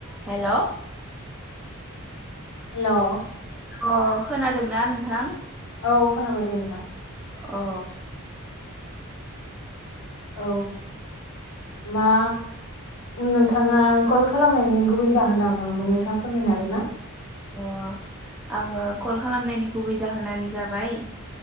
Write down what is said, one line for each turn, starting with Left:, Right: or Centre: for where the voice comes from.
Centre: हेल'
Left: हेलौ
Centre: अ खोनादोंना नोंथां
Left: औ खोनाबाय दे नोंथां
Centre: अ
Left: औ मा नोंथाङा कल खालामनायनि गुबै जाहोना मा मोन नोंथाङा फोरमायनो हागोन ना
Centre: अ आङो कल खालामनायनि गुबै जाहोनानो जाबाय